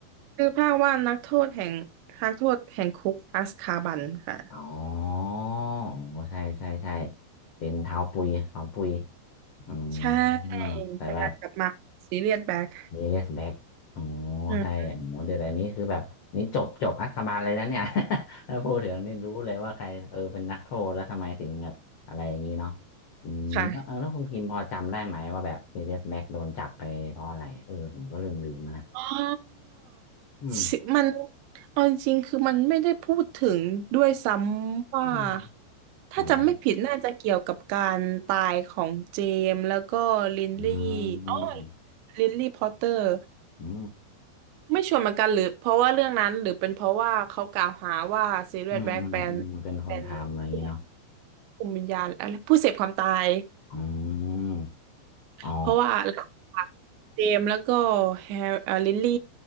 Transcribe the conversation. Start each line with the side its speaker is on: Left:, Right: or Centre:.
Right: ชื่อภาคว่านักโทษแห่งนักโทษแห่งคุกอัสคาบันค่ะ
Left: อ๋อใช่ใช่ใช่เป็นเท้าปุยเท้าปุยอืม
Right: ใช่
Left: แต่แบบ
Right: เป็นการกลับมาซีเรียสแบ็ค
Left: มีเรียสแบ็กอ๋อ
Right: อืม
Left: ใช่อ๋อเดี๋ยวแต่นี้คือแบบนี่จบจบอักคาบาลเลยนะเนี่ย <laughs> ถ้าพูดถึงนี่รู้เลยว่าใครเออเป็นนักโทษแล้วทำไมถึงแบบอะไรอย่างนี้เนาะอืมแล้วเออแล้วคุณพิมพ์พอจำได้ไหมว่าแบบเรียสแบ็กโดนจับไปเพราะอะไรเออผมก็ลืมลืมมานะ
Right: ค่ะอ๋อ
Left: อืม
Right: สิมันเอาจริงๆคือมันไม่ได้พูดถึงด้วยซ้ำว่า
Left: อืม
Right: ถ้าจำไม่ผิดน่าจะเกี่ยวกับการตายของเจมส์แล้วก็ลินลี่
Left: เหมือนแบบอืมอืม
Right: อ๋อลินลี่พอตเตอร์
Left: อื
Right: ไม่ชวนเหมือนกันหรือเพราะว่าเรื่องนั้นหรือเป็นเพราะว่าเขากล่าวหาว่าซีเรียสแบล็กเป็น
Left: มอืมอืมอืมเป็นคนทำอะไรอย่างนี้เนาะ
Right: เป็นผู้คุมวิญญาณอะไรผู้เสพความตาย
Left: อืมอ๋อ
Right: เพราะว่าหลังจากเจมส์แล้วก็แฮร์เอ่อลิลลี่